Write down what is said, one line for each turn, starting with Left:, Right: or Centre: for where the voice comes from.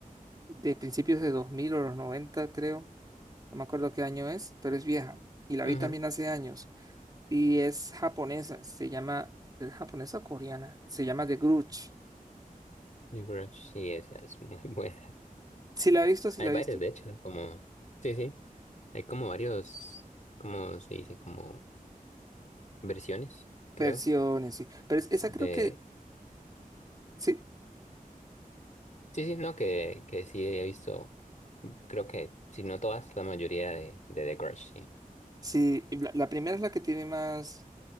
Right: de principios de 2000 o los 90 creo. No me acuerdo qué año es, pero es vieja. Y la
Left: Ujú.
Right: vi también hace años. y es japonesa, se llama, ¿es japonesa o coreana? Se llama The Grudge.
Left: Yo creo Sí, esa es muy <laughs> buena.
Right: Si la he visto, si
Left: Hay
Right: la
Left: varias,
Right: he visto.
Left: de hecho, como... Sí, sí. Hay como varios, ¿cómo se dice? Como versiones, creo,
Right: Versiones, sí. Pero es- esa
Left: de...
Right: creo que, sí,
Left: Sí, sí, no, que, que sí he visto, mm, creo que, si no todas, la mayoría de, de The Grudge, sí.
Right: sí, la, la primera es la que tiene más,